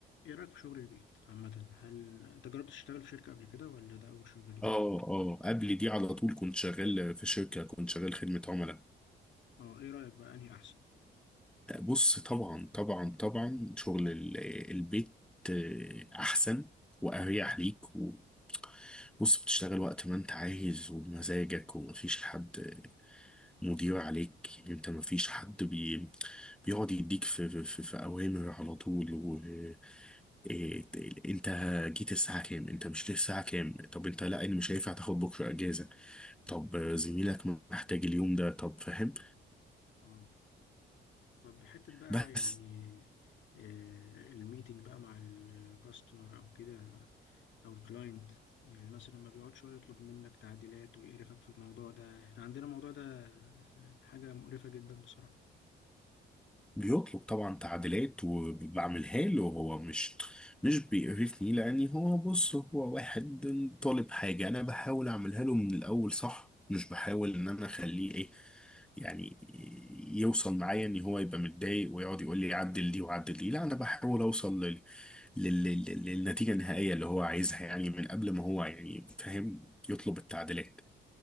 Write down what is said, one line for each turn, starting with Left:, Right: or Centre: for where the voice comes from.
Left: ايه رايك في شغل البيت عامه هل انت جربت تشتغل في شركه قبل كده ولا ده اول شغل ليك
Centre: اه اه قبل دي على طول كنت شغال في شركه كنت شغال خدمه عملاء
Left: اه ايه رايك بقى انهي احسن
Centre: بص طبعا طبعا طبعا شغل ال- البيت آه، احسن واريح ليك و- بص بتشتغل وقت ما انت عايز وبمزاجك ومفيش حد مدير عليك يعني انت مفيش حد بي بيقعد يديك في, في, في, في اوامر على طول و إيه انت جيت الساعه كام انت مش جيت الساعه كام طب انت لا انا مش هينفع تاخد بكره اجازه طب زميلك محتاج اليوم ده طب فاهم
Left: اه طب حته بقى
Centre: بس
Left: يعني آه الميتنج بقى مع الكاستمر او كده او الكلاينت يعني مثلا ما بيقعد شويه يطلب منك تعديلات ويقرفك في الموضوع ده احنا عندنا الموضوع ده يعني حاجه مقرفه جدا بصراحه
Centre: بيطلب طبعا تعديلات وبعملها له هو مش مش بيقرفني لاني هو بص هو واحد طالب حاجة انا بحاول اعملها له من الاول صح مش بحاول ان انا اخليه ايه يعني يوصل معايا ان هو يبقى متضايق ويقعد يقول لي عدل دي وعدل دي لا انا بحاول اوصل لل... لل... لل... للنتيجة النهائية اللي هو عايزها يعني من قبل ما هو يعني فاهم يطلب التعديلات